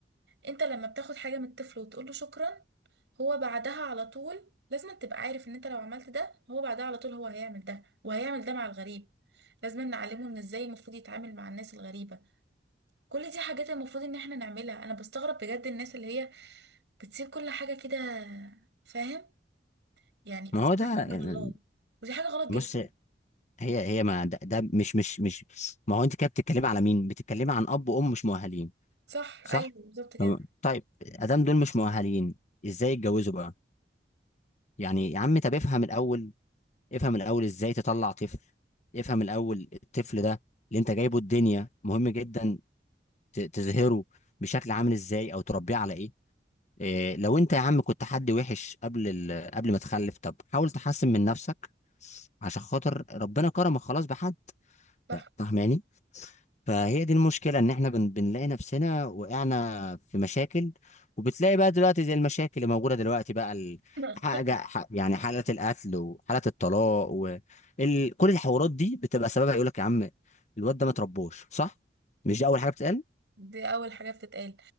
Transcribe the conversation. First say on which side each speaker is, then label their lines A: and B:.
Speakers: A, on the right; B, on the left.
A: انت لما بتاخد حاجه من الطفل وتقول له شكرا هو بعدها على طول لازم تبقى عارف ان انت لو عملت ده هو بعدها على طول هو هيعمل ده وهيعمل ده مع الغريب لازم نعلمه ان ازاي المفروض يتعامل مع الناس الغريبه كل دي حاجات المفروض ان احنا نعملها انا بستغرب بجد الناس اللي هي بتسيب كل حاجة كده فاهم يعني بتسيب
B: ما هو ده
A: حاجة
B: آه،
A: من الله ودي حاجة غلط
B: بص
A: جدا
B: هي هي ما ده, ده مش مش مش ما هو انت كده بتتكلمي على مين بتتكلمي عن اب وام مش مؤهلين
A: صح
B: صح
A: ايوه بالظبط كده
B: تمام. طيب ادام دول مش مؤهلين ازاي يتجوزوا بقى يعني يا عم طب افهم الاول افهم الاول ازاي تطلع طفل افهم الاول الطفل ده اللي انت جايبه الدنيا مهم جدا ت- تظهره بشكل عامل ازاي او تربيه على ايه إيه لو انت يا عم كنت حد وحش قبل ال... قبل ما تخلف طب حاول تحسن من نفسك عشان خاطر ربنا كرمك خلاص بحد
A: صح
B: ف- فاهماني فهي دي المشكلة ان احنا بن... بنلاقي نفسنا وقعنا في مشاكل وبتلاقي بقى دلوقتي زي المشاكل اللي موجودة دلوقتي بقى ال...
A: <laughs>
B: حاجة ح... يعني حالة القتل وحالة الطلاق و... ال... كل الحوارات دي بتبقى سببها يقول لك يا عم الواد ده ما تربوش صح مش دي اول حاجة بتتقال
A: دي اول حاجة بتتقال